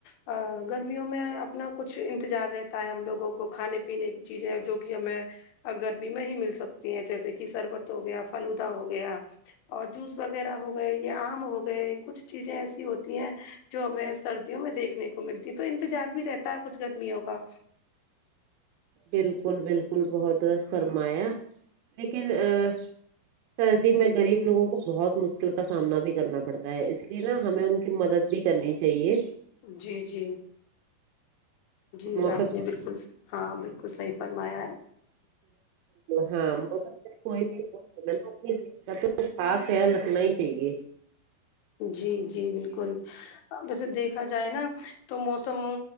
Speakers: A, on the left (about 75°); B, on the right (about 80°).
A: آ گرمیوں میں اپنا کچھ انتظار رہتا ہے ہم لوگوں کو کھانے پینے کی چیزیں جو کی ہمیں اور گرمی میں مل سکتی ہیں جیسے کی شربت ہو گیا فلوودا ہو گیا اور جوس وغیرہ ہو گئے یا آم ہو گئے کچھ چیزیں ایسی ہوتی ہیں جو ہمیں سردیوں میں دیکھنے ملتی ہے تو انتظار بھی رہتا ہے کچھ گرمیوں کا
B: بالکل بالکل بہت درست فرمایا لیکن آ سردی میں غریب لوگوں کو بہت مشکل کا سامنا بھی کرنا پڑتا ہے اس لیے نا ہمیں ان کی مدد بھی کرنی چاہیے
A: جی جی جی
B: موسم
A: آپ نے بالکل ہاں بالکل صحیح فرمایا ہے
B: ہاں موسم کوئی بھی <unintelligible> اس کا تو خاص خیال رکھنا ہی چاہیے
A: جی جی بالکل ویسے دیکھا جائے نا تو موسم